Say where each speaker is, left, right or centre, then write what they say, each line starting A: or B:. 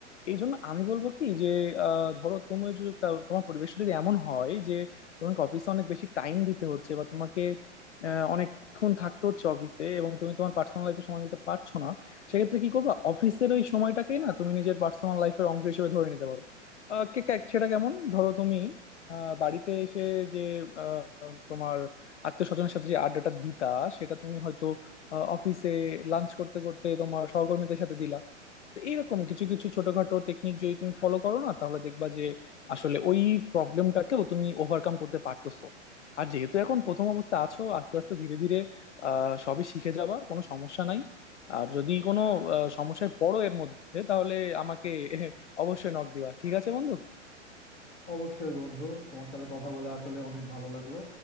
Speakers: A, on the left; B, on the left.
A: এই জন্য আমি বলবো কি যে আহ, ধরো তুমি যদি তা- তোমার পরিবেশ যদি এমন হয় যে তোমাকে অফিসে অনেক বেশি টাইম দিতে হচ্ছে বা তোমাকে আহ, অনেকক্ষণ থাকতে হচ্ছে অফিসে এবং তুমি তোমার পার্সোনাল লাইফে সময় দিতে পারছো না সেক্ষেত্রে কি করবা অফিসের ওই সময়টাকেই না তুমি নিজের পার্সোনাল লাইফের অংশ হিসেবে ধরে নিতে পারো আহ, কে- কে- সেটা কেমন ধরো তুমি আহ, বাড়িতে এসে যে আহ, তোমার আত্মীয় স্বজনের সাথে যে আড্ডাটা দিতা সেটা তুমি হয়তো অফিসে লাঞ্চ করতে করতে তোমার সহকর্মীদের সাথে দিলা তো এইরকম কিছু কিছু ছোটখাটো টেকনিক যদি তুমি ফলো করো না তাহলে দেখবা যে আসলে ওই প্রবলেমটাকেও তুমি ওভারকাম করতে পারতেছো আর যেহেতু এখন প্রথম অবস্থায় আছো আস্তে আস্তে ধীরে ধীরে আহ সবই শিখে যাবা কোনো সমস্যা নাই আর যদি কোনো আহ, সমস্যায় পড়ো এর মধ্যে তাহলে আমাকে <laughs> অবশ্যই নক দিবা ঠিক আছে বন্ধু
B: অবশ্যই বন্ধু তোমার সাথে কথা বলে আসলে অনেক ভালো লাগলো